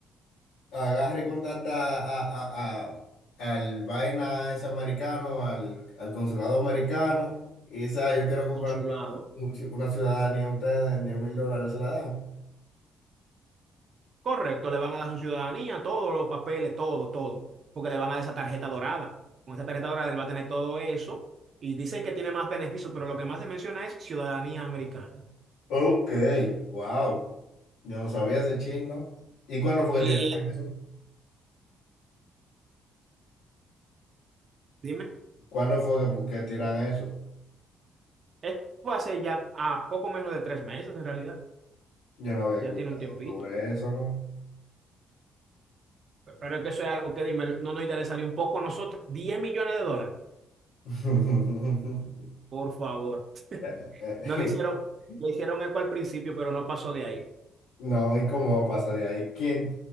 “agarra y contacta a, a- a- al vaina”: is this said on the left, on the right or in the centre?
Left